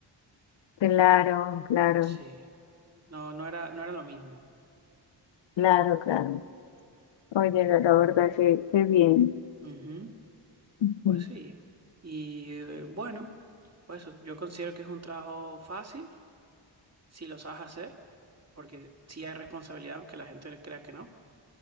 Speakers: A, on the left; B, on the right.
A: Claro, claro,
B: Sí, no, no era, no era lo mismo.
A: claro, claro. Oye, la la verdad que qué bien.
B: Ujú,
A: Ujú.
B: Pues sí. Y eh, bueno, pues yo considero que es un trabajo fácil si lo sabes hacer, porque sí hay responsabilidad, aunque la gente crea que no.